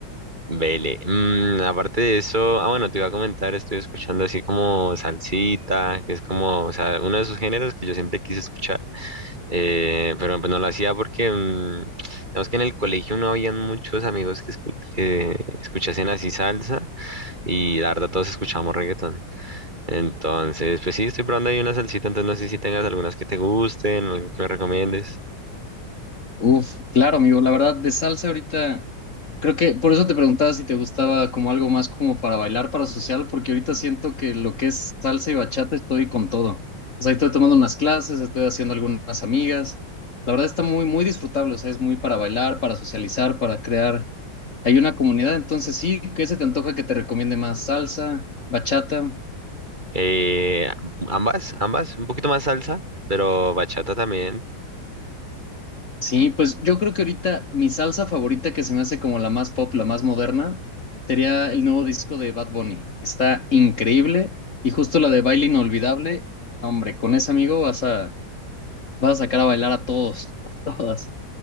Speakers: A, on the right; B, on the left.
A: vele. Mm, aparte de eso, ah, bueno, te iba a comentar, estoy escuchando así como salsita, que es como, o sea, uno de esos géneros que yo siempre quise escuchar Eh, pero pues no lo hacía porque, mm, digamos que en el colegio no habían muchos amigos que, escu- que escuchasen así salsa y la verdad todos escuchábamos reggaetón. Entonces, pues sí, estoy probando ahí una salsita, entonces no sé si tengas algunas que te gusten, algo que me recomiendes.
B: Uf, claro, amigo. La verdad, de salsa ahorita, creo que por eso te preguntaba si te gustaba como algo más como para bailar, para social, porque ahorita siento que lo que es salsa y bachata estoy con todo. O sea, estoy tomando unas clases, estoy haciendo algunas amigas. La verdad está muy, muy disfrutable. O sea, es muy para bailar, para socializar, para crear. Hay una comunidad, entonces sí, ¿qué se te antoja que te recomiende más? ¿Salsa, bachata?
A: Eh, ambas, ambas, un poquito más salsa, pero bachata también.
B: Sí, pues yo creo que ahorita mi salsa favorita que se me hace como la más pop, la más moderna, sería el nuevo disco de Bad Bunny. Está increíble y justo la de Baile Inolvidable, hombre, con ese amigo vas a, vas a sacar a bailar a todos, <laughs> a todas.